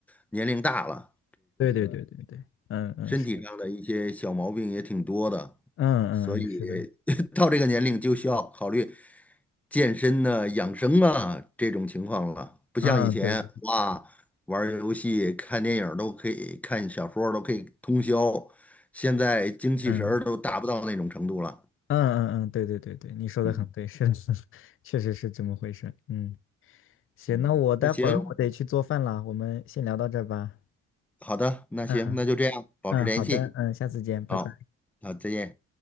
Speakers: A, in the centre; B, on the left.
A: 年龄大了，
B: 对对对对对，嗯嗯是的，
A: 身体上的一些小毛病也挺多的，
B: 嗯嗯嗯是的，
A: 所以 <laughs> 到这个年龄就需要考虑健身呢、养生啊这种情况了。不像以前，
B: 嗯对，
A: 哇，玩儿游戏、看电影儿都可以，看小说儿都可以通宵，现在精气神儿都达不到那种程度了。
B: 嗯嗯嗯嗯对对对对，你说的很对，
A: 嗯
B: 是的，<laughs> 确实是这么回事，嗯。行，
A: 嗯，
B: 那我待会儿我得去做饭了，
A: 那行，
B: 我们先聊到这儿吧。
A: 好的，那行，
B: 嗯
A: 那就这样，保持联系。
B: 嗯，好的，嗯，下次见，拜拜。
A: 好，好，再见。